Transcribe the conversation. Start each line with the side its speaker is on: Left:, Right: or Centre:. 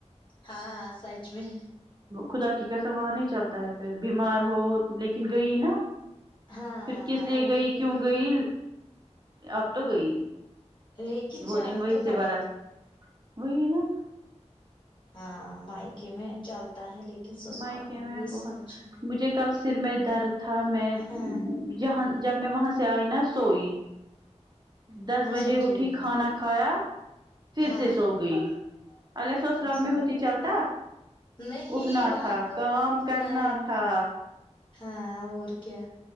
Left: ہاں ہاں سچ میں
Right: خدا کی قسم وہاں نہیں چلتا ہے پھر بیمار ہو لیکن گئی نا
Left: ہاں
Right: پھر کس
Left: ہاں
Right: لیے
Left: اور
Right: گئی
Left: کیا
Right: کیوں گئی اب تو گئی
Left: لیکن
Right: وہ
Left: جانا
Right: دن وہی
Left: تو پڑے
Right: سے پر اب
Left: گا
Right: وہی نا
Left: ہاں مائکے میں چلتا ہے لیکن سسرال
Right: مائکے
Left: میں یہ
Right: بہت
Left: سچ ہے
Right: مجھے کل سر میں درد تھا میں
Left: ہاں
Right: جہاں جب میں وہاں سے آئی نا سوئی دس
Left: اچھا
Right: بجے اٹھی
Left: ٹھیک
Right: کھانا کھایا پھر
Left: ہاں
Right: سے سو گئی اگر سسرال
Left: اچھا
Right: میں ہوتی چلتا
Left: نہیں
Right: اٹھنا
Left: وہاں
Right: تھا
Left: تو
Right: کام
Left: اٹھنا
Right: کرنا
Left: ہے
Right: تھا
Left: ہاں اور کیا